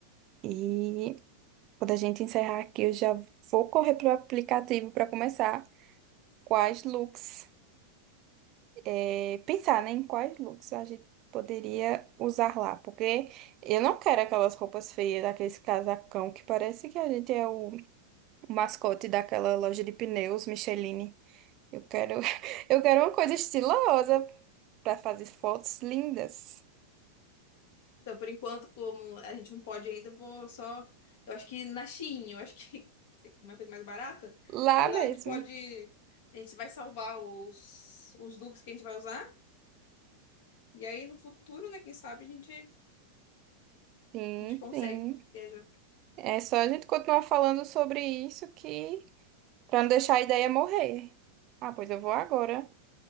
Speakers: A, on the right; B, on the left.
A: E quando a gente encerrar aqui, eu já vou correr pro aplicativo para começar quais looks. é, pensar, né, em quais looks a gente poderia usar lá, porque eu não quero aquelas roupas feias, aqueles casacão que parece que a gente é o mascote daquela loja de pneus Micheline. Eu quero, <laughs> eu quero uma coisa estilosa para fazer fotos lindas
B: Então, por enquanto, como a gente não pode ainda, eu vou só. Eu acho que na Shein, eu acho que <laughs> é uma coisa mais barata.
A: lá
B: Aí lá
A: mesmo.
B: a gente pode. A gente vai salvar os, os looks que a gente vai usar. E aí no futuro, né? Quem sabe a gente, a
A: Sim,
B: gente consegue
A: sim.
B: viajar.
A: É só a gente continuar falando sobre isso que para não deixar a ideia morrer. Ah, pois eu vou agora.